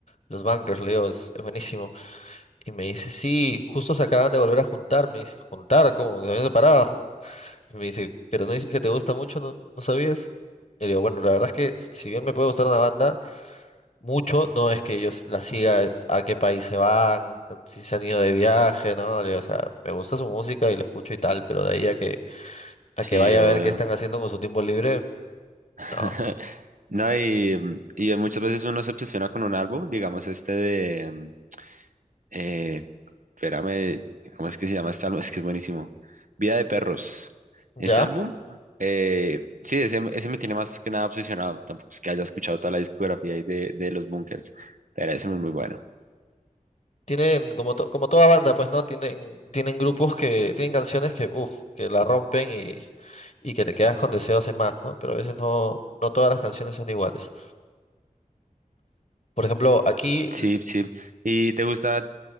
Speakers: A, on the left; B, on the right.
A: los bunkers, le digo, es, es buenísimo. Y me dice, sí, justo se acaban de volver a juntar, me dice, ¿juntar? ¿Cómo? ¿Se habían separado? Y me dice, ¿pero no dices que te gusta mucho? ¿No, no sabías? Y le digo, bueno, la verdad es que si bien me puede gustar una banda, mucho no es que yo s- la siga a qué país se van, si se han ido de viaje, ¿no? Le digo, o sea, me gusta su música y la escucho y tal, pero de ahí a que a
B: Sí,
A: que vaya
B: obvio.
A: a ver qué están haciendo con su tiempo libre.
B: <laughs>
A: No,
B: No, y, y muchas veces uno se obsesiona con un álbum, digamos este de, mm, eh, espérame, ¿cómo es que se llama este álbum? Es que es buenísimo. Vida de Perros. Ese
A: ya.
B: álbum, eh, sí, ese, ese me tiene más que nada obsesionado. Tampoco es que haya escuchado toda la discografía ahí de, de los Bunkers, pero ese es muy bueno.
A: Tienen, como, to- como toda banda, pues, ¿no? Tienen, tienen grupos que, tienen canciones que, uff, que la rompen y, y que te quedas con deseos de más, ¿no? Pero a veces no, no todas las canciones son iguales. Por ejemplo, aquí,
B: Sí,
A: l-
B: sí. ¿Y te gusta?